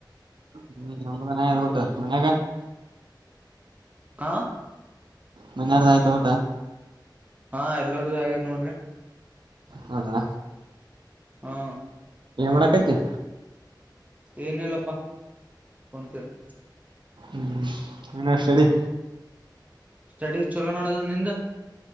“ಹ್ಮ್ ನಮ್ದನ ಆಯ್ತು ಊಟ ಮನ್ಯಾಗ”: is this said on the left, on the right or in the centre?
Right